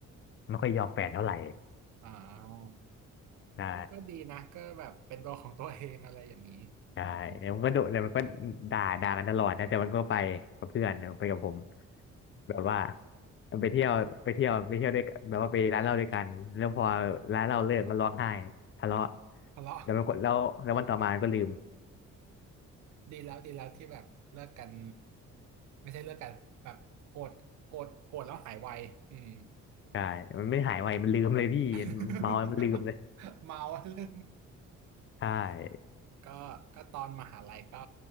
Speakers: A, on the left (about 40°); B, on the right (about 70°).
A: ไม่ค่อยยอมแฟนเท่าไหร่
B: อ่า
A: ใช่
B: ก็ก็ดีนะก็แบบเป็นตัวของตัวเองอะไรอย่างนี้
A: ใช่แล้วมันก็โดนแล้วมันก็ด่าด่ากันตลอดนะแต่มันก็ไปกับเพื่อนนะไปกับผม
B: อืม
A: แบบว่ามันไปเที่ยวไปเที่ยวไปเที่ยวด้วยกันแบบว่าไปร้านเหล้าด้วยกัน แล้วพอร้านเหล้าเลิกมันร้องไห้ทะเลาะ
B: ทะเลาะ
A: แล้วมันก็แล้วแล้ววันต่อมามันก็ลืม
B: ดีแล้วดีแล้วที่แบบเลิกกันไม่ใช่เลิกกันแบบโกรธโกรธโกรธแล้วหายไวอืม
A: ใช่มันไม่หายไว มันลืมเลยพี่มันเมาแล้วมันลืมเลย
B: <laughs> เมาเรื่อง
A: ใช่
B: ก็ก็ตอนมหาลัยก็